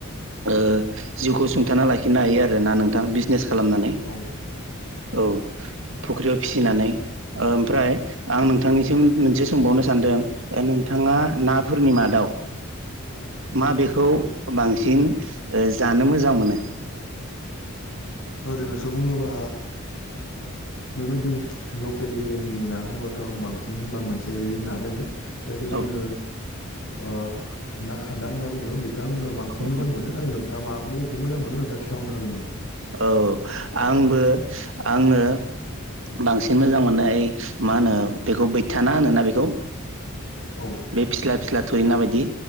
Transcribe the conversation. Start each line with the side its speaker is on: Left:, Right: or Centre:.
Right: ओ जिउखौ सुंथाना लाखिनो हायो आरोना नोंथां बिजनेस खालामनानै
Left: औ
Right: औ फुख्रियाव फिसिनानै ओमफ्राय आं नोंथांनिसिम मोनसे सोंबावनो सानदों नोंथां नाफोरनि मादाव मा ओ बेखौ बांसिन जानो मोजां मोनो
Left: ओरैनोथ' बुङोबा बेबायदि लकेल एरियानि ना होनोबाथ' आं बांसिन होनबा मोनसे बेबायनो ना दोङो जायखौ जोङो
Right: औ
Left: ओ ना खान्दा होनना बुङो बे दखौ आङो बांसिन
Right: औ
Left: मोजां मोनो आरो नोंथाङा मा मबखौ मोजां मोनो नोंथाङा खिथाहरनो हागोन नामा
Right: औ आंबो आंनो बांसिन मोजां मोननाय मा होनो बेखौ बैथाना होनोना बेखौ
Left: औ
Right: बे फिस्ला फिस्ला थुरिना बायदि